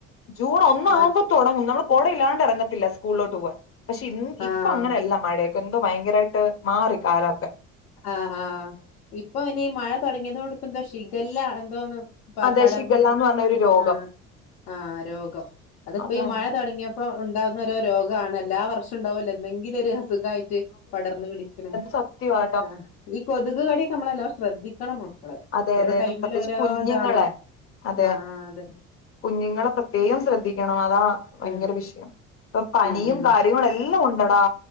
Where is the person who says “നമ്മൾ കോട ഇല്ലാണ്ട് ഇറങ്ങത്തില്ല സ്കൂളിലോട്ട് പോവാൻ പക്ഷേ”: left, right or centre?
Left